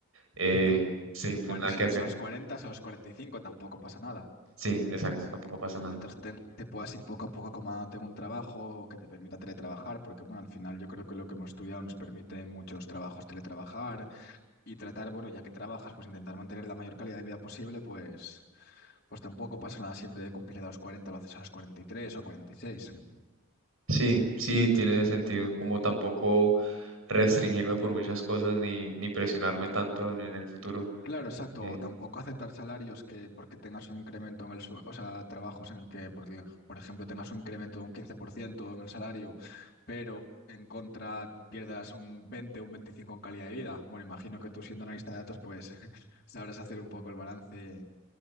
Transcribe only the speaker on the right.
eh, sí, pues
nada
que
hacer.
Sí, exacto, tampoco pasa nada.
Sí, sí, tiene sentido. Como tampoco restringirme por muchas cosas ni, ni presionarme tanto en, en el futuro.
Eh,